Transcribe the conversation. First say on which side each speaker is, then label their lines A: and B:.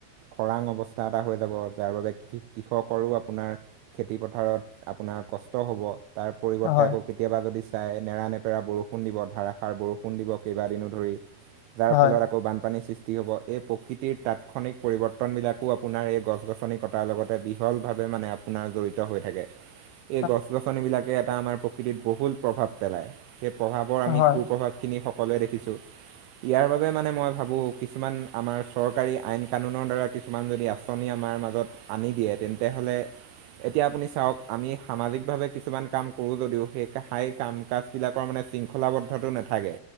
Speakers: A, on the right; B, on the left.
A: খৰাং অৱস্থা এটা হৈ যাব যাৰ বাবে কৃষকৰো আপোনাৰ খেতি পথাৰত আপোনাৰ কষ্ট হ'ব তাৰ পৰিৱৰ্তে
B: হয়
A: আকৌ কেতিয়াবা যদি চাই নেৰা নেপেৰা বৰষুণ দিব ধাৰষাৰ বৰষুণ দিব কেইবাদিনো ধৰি। যাৰ
B: হয়
A: ফলত আকৌ বানপানীৰ সৃষ্টি হ'ব এই প্ৰকৃতিৰ তাৎক্ষণিক পৰিৱৰ্তনবিলাকো আপোনাৰ এই গছ গছনি কটাৰ লগতে বিহলভাৱে মানে আপোনাৰ জৰিত হৈ থাকে।
B: <inaudible>
A: এই গছ গছনিবিলাকে এটা আমাৰ প্ৰকৃতিত বহুল প্ৰভাৱ পেলায় সেই প্ৰভাৱৰ আমি
B: হয়
A: কু প্ৰভাৱ খিনি সকলোৱে দেখিছোঁ। ইয়াৰ বাবে মানে মই ভাবো কিছুমান আমাৰ চৰকাৰী আইন কানুনৰ দ্বাৰা কিছুমান যদি আঁচনি আমাৰ মাজত আনি দিয়ে তেন্তে হলে এতিয়া আপুনি চাওক আমি সামাজিকভাৱে কিছুমান কাম কৰো যদিও সেইষ হাই কাম কাজবিলাকৰ মানে শৃংখলাবদ্ধতটো নাথাকে